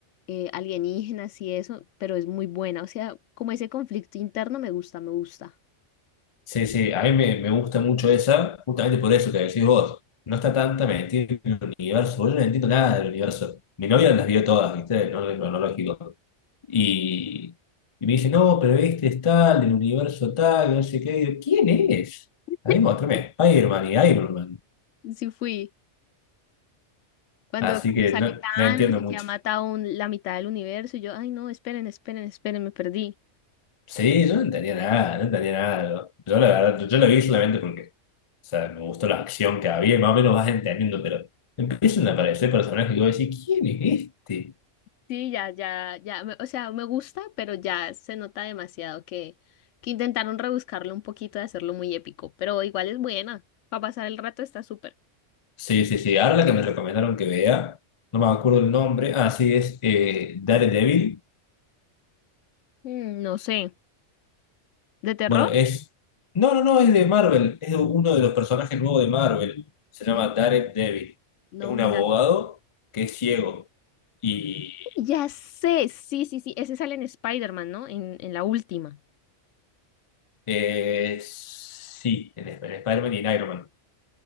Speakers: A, on the left; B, on the left.
A: eh, alienígenas y eso, pero es muy buena. O sea, como ese conflicto interno me gusta, me gusta.
B: Sí, sí, a mí me, me gusta mucho esa, justamente por eso que decís vos. No está tanta metida en el universo. Yo no entiendo nada del universo. Mi novia las vio todas, ¿viste? No es cronológico. Y, y me dice, no, pero este es tal, del universo tal, no sé qué. Y yo, ¿quién es?
A: <laughs>
B: ahí mí muéstrame, Iron Man y Iron Man.
A: Sí fui. Cuando,
B: Así
A: cuando
B: que
A: sale
B: no,
A: Thanos
B: no entiendo
A: y
B: mucho.
A: que ha matado un- la mitad del universo, y yo, ay no, esperen, esperen, esperen, me perdí.
B: Sí, yo no entendía nada, no entendía nada. Yo, yo la verdad, yo, lo vi solamente porque, o sea, me gustó la acción que había y más o menos vas entendiendo, pero empiezan a aparecer personajes que voy a decir, ¿quién es este?
A: Sí, ya, ya, ya, me- o sea, me gusta, pero ya se nota demasiado que, que intentaron rebuscarlo un poquito de hacerlo muy épico, pero igual es buena, para pasar el rato está súper.
B: Sí, sí, sí. Ahora la que me recomendaron que vea, no me acuerdo el nombre. Ah, sí, es eh, Daredevil.
A: Mm, no sé, ¿de terror?
B: Bueno, es. No, no, no, es de Marvel. Es uno de los personajes nuevos de Marvel. Se llama
A: Mm,
B: Daredevil.
A: No,
B: Es un
A: mira
B: abogado
A: que no.
B: que es ciego. Y.
A: Ya sé, sí, sí, sí, ese sale en Spider-Man, ¿no? En, en la última.
B: eh, sí, en, Sp- en Spider-Man y en Iron Man.